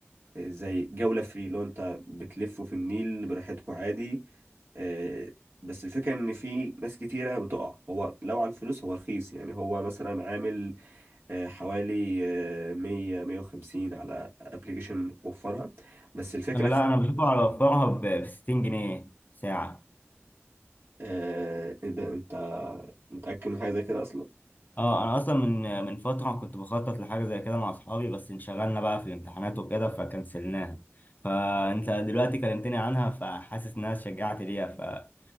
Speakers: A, on the right; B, on the left.
A: زي جوله فري لو انت بتلفوا في النيل براحتكوا عادي آه، بس الفكره ان في ناس كتيره بتقع هو لو على الفلوس هو رخيص يعني هو مثلا عامل آه، حوالي آه، 100 150 على ابلكيشن وفرها بس الفكرة
B: أنا لا
A: في
B: أنا بشوف على وفرها ب 60 جنيه ساعة
A: آه، إيه ده انت متأكد من حاجة زي كده اصلا
B: اه أنا أصلا من من فترة كنت بخطط لحاجة زي كده مع أصحابي بس انشغلنا بقى في الامتحانات وكده فكنسلناها فأنت دلوقتي كلمتني عنها فحاسس إنها شجعت ليها ف